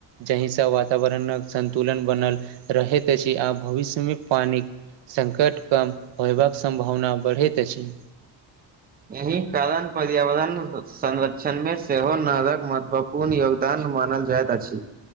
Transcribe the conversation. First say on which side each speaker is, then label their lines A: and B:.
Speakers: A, on the right (about 80°); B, on the right (about 20°).
A: जहिसँ वातावरण कऽ संन्तुलन बनल रहैत अछि आ भविष्यमे पानि संकट कम होयबा कऽ सम्भावना बढ़ैत अछि
B: एहि कारण पर्यावरण संरक्षण मे सेहो नरकऽ महत्वपूर पूर्ण योगदान मानल जाइत अछि।